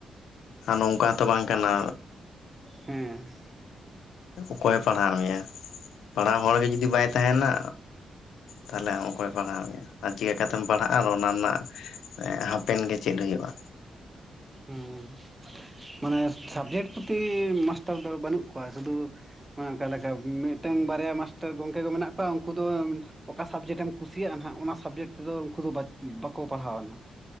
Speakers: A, on the left; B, on the right.
A: ᱟᱨ ᱱᱚᱝᱠᱟ ᱛᱚ ᱵᱟᱝ ᱠᱟᱱᱟ
B: ᱦᱮ
A: ᱚᱠᱚᱭᱮ ᱯᱟᱲᱦᱟᱣ ᱢᱮᱭᱟ? ᱯᱟᱲᱦᱟᱣ ᱦᱚᱲ ᱜᱮ ᱡᱩᱫᱤ ᱵᱟᱭ ᱛᱟᱦᱮᱱᱟ᱾ ᱛᱟᱦᱚᱞᱮ ᱚᱠᱚᱭ ᱯᱟᱲᱦᱟᱣ ᱢᱮᱭᱟ ᱟᱨ ᱪᱤᱠᱟ. ᱠᱟᱛᱮᱢ ᱯᱟᱲᱦᱟᱜᱼᱟ ᱟᱨ ᱚᱱᱟ ᱨᱮᱱᱟᱜ ᱦᱟᱯᱮᱱ ᱜᱮ ᱪᱮᱫ ᱦᱩᱭᱩᱜᱼᱟ?
B: ᱦᱮᱸ ᱢᱟᱱᱮ ᱥᱟᱵᱡᱮᱠᱴ ᱯᱨᱚᱛᱤ ᱢᱟᱥᱴᱟᱨ ᱫᱚ ᱵᱟᱹᱱᱩᱜ ᱠᱚᱣᱟ ᱥᱩᱫᱩ ᱚᱱᱠᱟ ᱞᱮᱠᱟ ᱢᱤᱫᱴᱟᱝ ᱵᱟᱨᱭᱟ ᱢᱟᱥᱴᱟᱨ ᱜᱚᱝᱠᱮ ᱠᱚ ᱢᱮᱱᱟᱜ ᱠᱚᱣᱟ ᱩᱱᱠᱩ ᱫᱚ ᱚᱠᱟ ᱥᱟᱵᱡᱮᱠᱴ ᱮᱢ ᱠᱩᱥᱤᱭᱟᱜᱼᱟ ᱱᱟᱜ ᱚᱱᱟ ᱥᱟᱵᱽᱡᱮᱠᱴ ᱛᱮᱫᱚ ᱩᱱᱠᱩ ᱫᱚ ᱵᱟᱠᱚ ᱯᱟᱲᱦᱟᱣᱟ ᱱᱟᱜ᱾